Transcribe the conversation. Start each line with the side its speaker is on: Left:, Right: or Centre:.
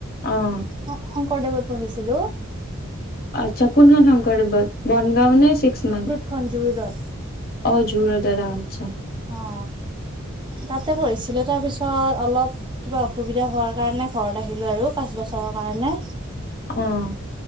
Left: অহ',
Right: অ, শংকৰদেৱত পঢ়িছিলোঁ।
Left: আচ্ছা কোনখন শংকৰদেৱত বনগাঁও নে ছিক্স মাইল?
Right: খন জুৰোডত।
Left: অ, জুৰোডত অ, আচ্ছা।
Right: অ, তাতে পঢ়িছিলে তাৰপিছত অলপ কিবা অসুবিধা হোৱাৰ কাৰণে ঘৰত আহিলোঁ আৰু পাঁচ বছৰৰ কাৰণে।
Left: অ',